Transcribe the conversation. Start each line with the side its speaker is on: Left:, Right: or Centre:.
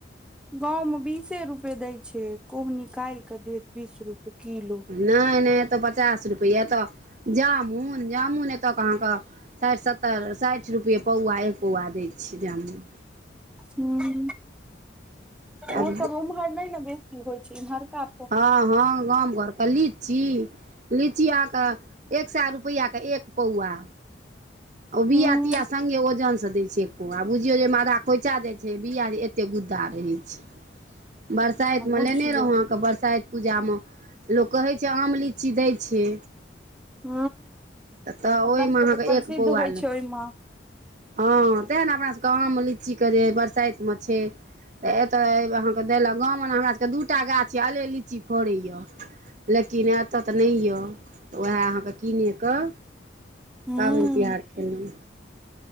Centre: गावमे बीसे रुपे दै छै, कोह निकालि कऽ देत बीस रूपए किलो।
Right: नहि नहि एतऽ पचास रुपैआ तऽ जामुन जामुन एतय अहाँकेँ। साठि सत्तरि साठि रुपैए पौआ एक पौआ दै छियै जामुन।
Centre: ह,
Right: आब
Centre: ओ सभ उमहर नहि ने बेसी होइ छै, इमहरका।
Right: हँ, हँ, गाम घरके लीची। लीची आहा कऽ एक सए रुपैआके एक पौआ। ओ बआ
Centre: हूँ
Right: तिया सङ्घे ओजनसँ दै छै। आ, बुझियौ जे माला खोइचा जाइत छै, बआ एते गुद्दा रहै छै। बरसाइतमे
Centre: आ बुझियौ
Right: लेने रहौ अहाँकेँ बरसाइत। पूजामे लोक कहैत छै, आम लीची दैत छै।
Centre: ह,
Right: तऽ
Centre: अपना
Right: ओहिमे
Centre: सभके
Right: अहाँके
Centre: तऽ प्रसिद्ध
Right: एक पौआ
Centre: होइ
Right: ले
Centre: छै, ओहिमे।
Right: हँ, तेने अपना सभके आम लीचीके जे बरसाइतमे छै। तऽ एतय अहाँकेँ देलक गावमे ने हमरा सभकेँ दूटा गाछ यए अले लीची फोड़ैए। लेकिन एतऽ तऽ नहि यऽ तऽ उएह अहाँकेँ कीनकेऽ
Centre: हूँ
Right: पाबनि तिहार कलहुँ।